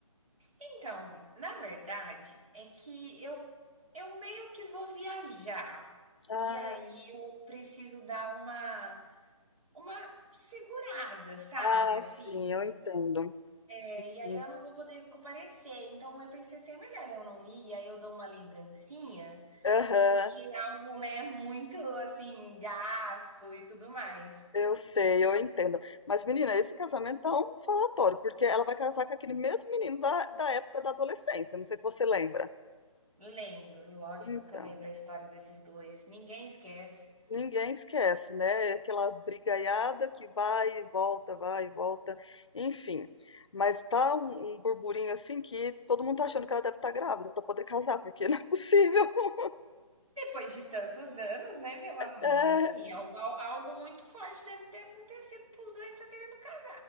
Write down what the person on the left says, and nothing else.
Ah,
ah,
sim, eu entendo.
Uhum.
Aham,
eu sei, eu entendo. Mas, menina, esse casamento tá um falatório, porque ela vai casar com aquele mesmo menino da, da época da adolescência. Não sei se você lembra.
Então.
Ninguém esquece, né? É Aquela brigaiada que vai e volta, vai e volta, enfim. Mas tá um, um burburinho assim que todo mundo tá achando que ela deve estar grávida pra poder casar, porque <laughs> não é possível. <laughs>
É,